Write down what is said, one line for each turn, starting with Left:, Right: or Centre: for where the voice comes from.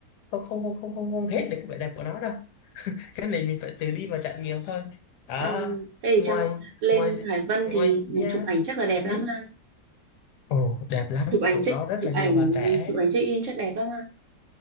Left: không không không không không, không hết được cái vẻ đẹp của nó đâu cái này mình phải tự đi và trải nghiệm thôi đó
Right: Ờ, thế thì
Left: ngoài
Right: trong lên
Left: ngoài
Right: Hải Vân
Left: ngoài
Right: thì
Left: nha
Right: chụp ảnh chắc là đẹp
Left: ừ?
Right: lắm ha.
Left: Ồ đẹp lắm
Right: Chụp ảnh
Left: chỗ
Right: check
Left: đó rất
Right: chụp
Left: là nhiều
Right: ảnh
Left: bạn trẻ
Right: chụp ảnh check in chắc đẹp lắm ha.